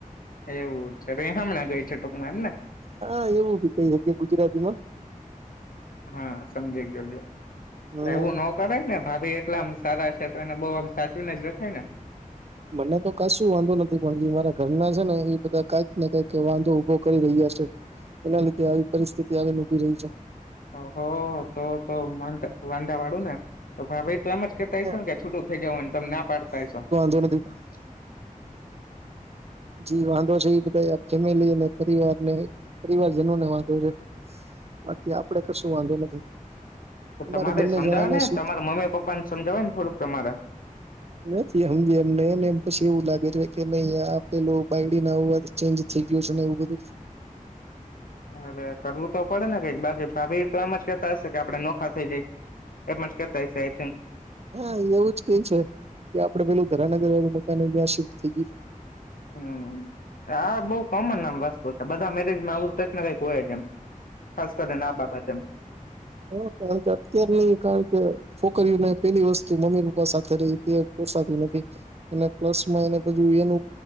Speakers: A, on the left; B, on the right.
A: એવું છે હમણાં ગઈ છે ટૂંકમાં એમને
B: હા એવું ભી કઈ ગુજરાતી માં
A: હા સમજી ગયો
B: હમ
A: એવું ન કરાય ને ભાભી કેટલામ સારા છે, તો એને બહુ આમ સાચવીને જ રખાય ને
B: મને તો કશું વાંધો નથી પણ જે મારા ઘરના છે, ને એ બધા કંઈક ને કંઈક વાંધો ઉભો કરી રહ્યા. એના લીધે આવી પરિસ્થિતિ આવી ઉભી રહી છે.
A: હો તો તોમંત વાંધા વાળું ને તો ભા ભાભી તો એમ જ કેતા
B: છે
A: હશે ને કે છૂટું થઇ જવું ને તમે ના પાડતા હશો.
B: કે <inaudible>
A: <unintelligible> <inaudible>
B: જી વાંધો છે, એ બધા ફેમિલી અને પરિવારને પરિવારજનો ને વાંધો છે. બાકી આપડે કશું વાંધો નથી.
A: તો
B: અમારે
A: તમારે
B: બંને
A: સમજાવે
B: જણાને
A: ને
B: સુ
A: તમારા મમ્મી પપ્પા ને સમજાવે ને થોડુંક તમારે
B: નથી એમ એમનેને એમ પછી એવું લાગે. કે નહી આપેલું બાઈડીન આવવાજ ચેન્જ થઈ ગયું છે ને એવું બધું
A: અરે કરવું તો પડે ને કંઈક બાકી ભાભી તો એમ જ કેતા આપે નોખા થઈ જાય એતા થક <inaudible>
B: હા એવું જ કે છે, કે આપડે પેલું ઘરાના ઘરેલું મકાન ત્યાં શિફ્ટ થઈ ગયું.
A: હમ આ બહુ કોમનમ વસ્તુ છે, બધા મેરેજમાં આવું કંઈક ના કઈક હોય જ એમ. ખાસ કરીને આ બાબત એમ
B: હ કારણ કે અત્યારે નઈ કારણ કે છોકરીઓ નહીં. પેલી વસ્તુ મમ્મી પપ્પા સાથે રહી તે પોસાતું નથી, અને પ્લસ માં એને પાછું એનું